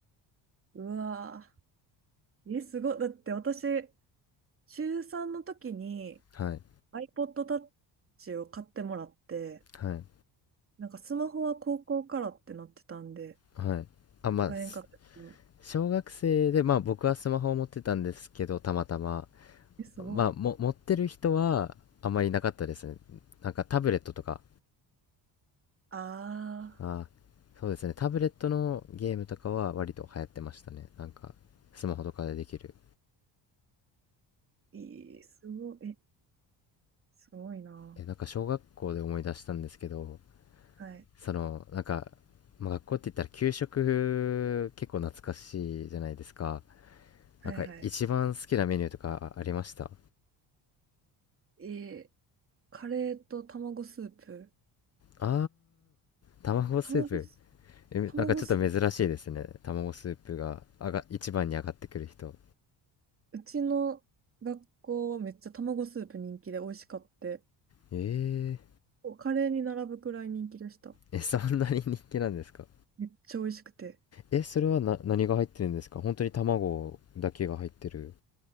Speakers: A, on the right; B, on the left.
A: うわー。え、すごい。だって私、中3の時に
B: はい。
A: iPod Touch を買ってもらって、
B: はい。
A: なんかスマホは高校からってなってたんで、
B: はい。あ、まあ、
A: 買えんかったけど。
B: す小学生で、まあ僕はスマホを持ってたんですけど、たまたま。
A: え、すごっ。
B: まあ、も、持ってる人はあまりいなかったですね。なんかタブレットとか、
A: あ
B: あー、そうですね。タブレットのゲームとかは割と流行ってましたね。なんか、スマホとかでできる。
A: ー、いい、すごい。え、すごいな。
B: え、なんか小学校で思い出したんですけど、
A: はい。
B: その、なんか、まあ、学校って言ったら給食結構懐かしいじゃないですか。
A: はいはい。
B: なんか一番好きなメニューとかありました
A: えーカレーと卵スープ。
B: あー、卵スープ。
A: 卵ス、
B: え、
A: 卵スー
B: なんかちょっと珍しいですね。卵スープが、あが、一番に上がってくる人。
A: うちの学校はめっちゃ卵スープ人気で美味しかって、
B: え
A: おカレーに並ぶくらい人気でした。
B: ー、え、そんなに人気なんですか
A: めっちゃ美味しくて。
B: え、それはな、何が入ってるんですか本当に卵だけが入ってる。